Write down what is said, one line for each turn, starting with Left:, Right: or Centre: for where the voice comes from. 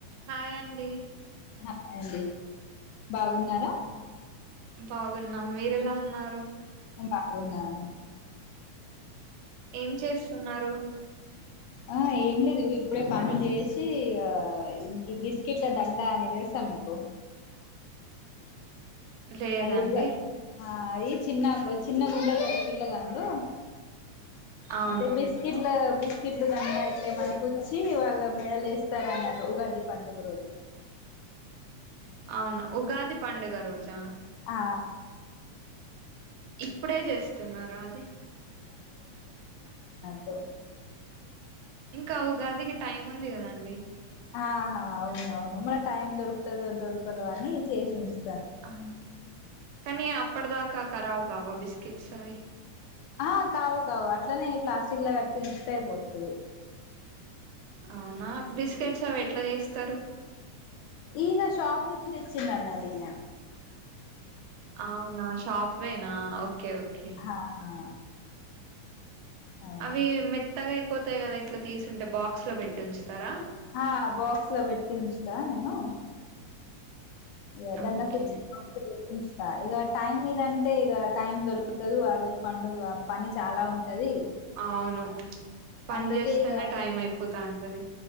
Right: Hi అండి
Left: ఆ హాయండి బాగున్నారా
Right: బాగున్నం మీరెలా ఉన్నారు
Left: మేం బాగున్నాం
Right: ఏం చేస్తున్నారు
Left: ఆ ఏం లేదు ఇగొ ఇప్పుడే పనిజేసి ఆ ఇంకి బిస్కెట్ల దండనే జేస్ మీకు
Right: లేదండి
Left: అది ఉగా ఆ అయి చిన్నాగ్ చిన్న గుంటారు పిల్లగాండ్లు
Right: అవును
Left: అయితే బిస్కిట్ల బి స్కిట్లు దండ ఇట్లేమనకుచ్చి వాళ్ళ మెడల్ యేస్తరన్నట్టు ఉగాది పండుగ రోజు
Right: అవును ఉగాది పండుగ రోజా
Left: ఆ
Right: ఇప్పుడే జేస్తున్నారా అది
Left: తో
Right: ఇంకా ఉగాదికి టైముంది గదండి
Left: ఆహా అవునవును మల టైం దొరుక్తదో దొరుకదో అని చేసి ఉంచ్
Right: ఆ కానీ అప్పటిదాకా కరావుగావా బిస్కిట్స్ అవి
Left: ఆ కావు కావు అట్లనే ప్లాస్టిక్ల కట్టుంచుతే అయిపోతది
Right: అవునా బిస్కెట్స్ అవెట్ల చేస్తారు?
Left: ఈనా షాప్నుంచి తెచ్చిండన్నట్టినా
Right: అవునా షాప్వేనా ఓకే ఓకే
Left: ఆహా అవును
Right: అవి మెత్తగైపోతయ్ గదా ఇట్ల తీసుంటే బాక్స్ లో వెట్టుంచుతరా.
Left: ఆ బాక్స్ లో బెట్టి ఉంచుతా నేను. ఇగా దండకుచ్చి
Right: ఓకే
Left: ఉన్చుతా ఇగ టైమ్ మీదంటే ఇగ టైం దొరకకదు ఆ రోజు పండుగ పని చాలా ఉంటది
Right: అవును పని
Left: అందుకే
Right: చేస్తేనే
Left: ఇగ
Right: టైం అయిపోతా ఉంటది